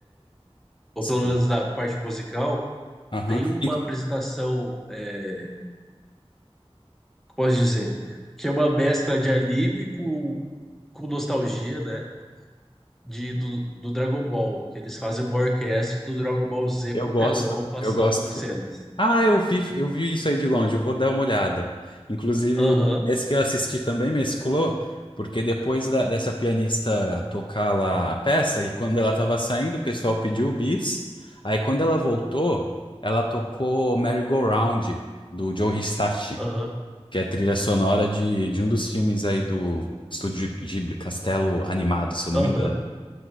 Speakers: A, in the centre; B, on the left.
A: ou
B: Sim.
A: pelo menos da parte musical.
B: Aham.
A: Tem uma
B: E-
A: apresentação, é, como posso dizer, que é uma mescla de anime com, com nostalgia, né? De, do, do Dragon Ball, que eles fazem uma orquestra do Dragon Ball Z
B: Eu
A: com
B: gosto,
A: um telão passando
B: eu gosto.
A: cenas.
B: Ah, eu vi, eu vi isso aí de longe, eu vou dar uma olhada. Inclusive,
A: Aham,
B: nesse que eu assisti também mesclou, porque depois da- dessa pianista tocar lá a peça, e quando ela estava saindo, o pessoal pediu o bis. Aí quando ela voltou, ela tocou Merry Go Round, do Joe Hisashi,
A: aham,
B: que é a trilha sonora de, de um dos filmes aí do Estúdio Ghibli, Castelo Animado, se eu não
A: aham.
B: me engano.